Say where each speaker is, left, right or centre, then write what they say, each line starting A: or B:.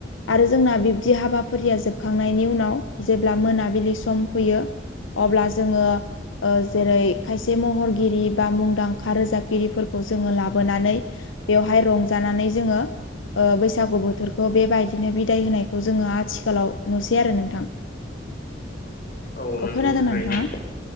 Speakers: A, on the left (about 80°); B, on the left (about 45°).
A: आरो जोंना बिब्दि हाबाफारिया जोबखांनायनि उनाव जेब्ला मोनाबिलि सम फैयो अब्ला जोङो ओ जेरै खायसे महरगिरि बा मुंदांखा रोजाबगिरिफोरखौ जोङो लाबोनानै बेवहाय रंजानानै जोङो ओ बैसागु बोथोरखौ बेबाय बिदिनो बिदाय होनायखौ जोङो आथिखालाव नुसै आरो नोंथां।
B: औ नोंगौ
A: अ खोनादोंना
B: थारैनो,
A: नोंथाङा